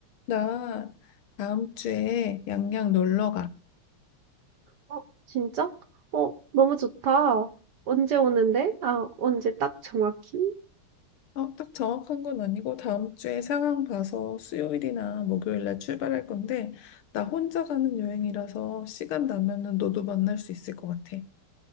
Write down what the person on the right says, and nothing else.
어, 진짜? 어, 너무 좋다. 언제 오는데? 아, 언제 딱 정확히?